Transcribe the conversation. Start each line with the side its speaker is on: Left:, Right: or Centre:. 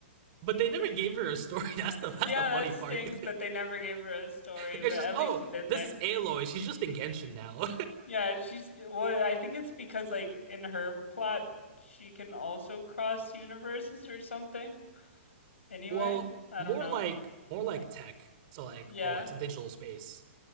Right: but they never gave her a story. <laughs> That's the that's
Left: Yeah,
Right: the funny
Left: that stinks
Right: part.
Left: that they never gave her a story,
Right: <laughs> It's
Left: but at
Right: just,
Left: least
Right: oh,
Left: she's in
Right: this
Left: there.
Right: is Aloy. She's just in Genshin now.
Left: Yeah, she's well, I think it's because like in her plot she can also cross universes or something.
Right: <laughs>
Left: Anyway,
Right: well,
Left: I
Right: more
Left: don't know.
Right: like more like tech. So like,
Left: Yeah.
Right: oh, it's a digital space.